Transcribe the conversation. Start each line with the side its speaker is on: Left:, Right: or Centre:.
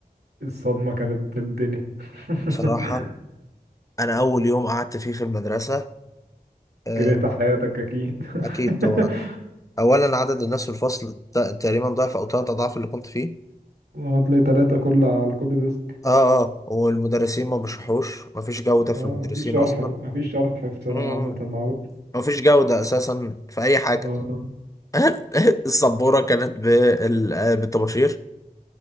Right: الصدمة كانت الدنيا <laughs>
Left: بصراحة انا اول يوم قعدت فيه في المدرسة آه،
Right: كرهت حياتك اكيد
Left: اكيد
Right: <laughs>
Left: طبعا اولا عدد الناس في الفصل ت- تقريبا ضعف او ثلاث اضعاف اللي كنت فيه
Right: هتلاقي تلاتة كل على كل ديسك
Left: اه اه والمدرسين ما بيشرحوش مفيش جودة في
Right: اه
Left: المدرسين
Right: مفيش شرح
Left: أصلا
Right: مفيش شرح في ثانوي
Left: مم.
Right: عامة معروف
Left: مفيش جودة أساسا في أي حاجة
Right: اه <laughs>
Left: <laughs> السبورة كانت بال- آه، بالطباشير